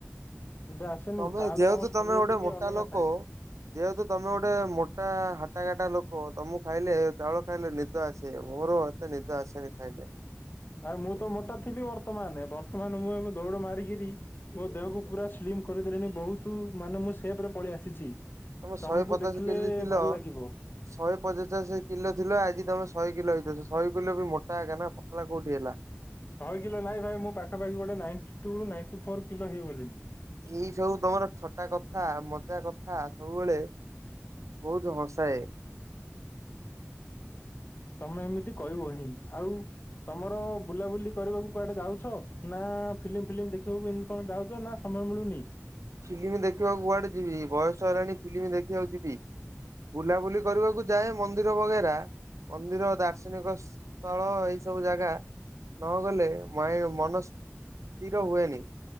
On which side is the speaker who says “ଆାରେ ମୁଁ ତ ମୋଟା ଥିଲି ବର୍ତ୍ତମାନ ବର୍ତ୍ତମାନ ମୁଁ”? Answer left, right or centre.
Left